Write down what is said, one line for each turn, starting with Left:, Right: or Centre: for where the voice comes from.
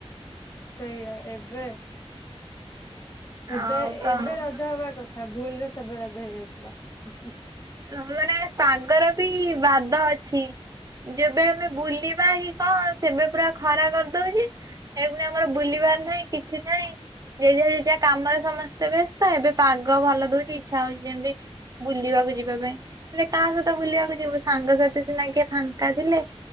Left: ସେଇଆ ଏବେ। ଏବେ
Right: ଆଉ ତ
Left: ଏବେ ରଜ ହବା କଥା ଭୁଲ ରେ ସେବେ ରଜ ହେଇଯାଇଥିଲା। ହୁଁ ହୁଁ।
Right: ହ ମାନେ ପାଗର ବି ବାଦ ଅଛି। ଯେବେ ଆମେ ବୁଲିବା କି କଣ ସେବେ ପୁରା ଖରା କରିଦଉଛି ଏଇଖୁଣି ଆମର ବୁଲିବାର ନାହିଁ କିଛି ନାହିଁ ଯେ ହେଇଯି କାମରେ ସମସ୍ତେ ବ୍ୟସ୍ତ ଏବେ ପାଗ ଭଲ ଦଉଛି ଇଚ୍ଛା ହଉଛି ଯେମିତି ବୁଲିବାକୁ ଯିବା ପାଇଁ। ହେଲେ କାହା ସହିତ ବୁଲିବାକୁ ଯିବୁ ସାଙ୍ଗସାଥି ସିନା କିଏ ଫାଙ୍କା ଥିଲେ,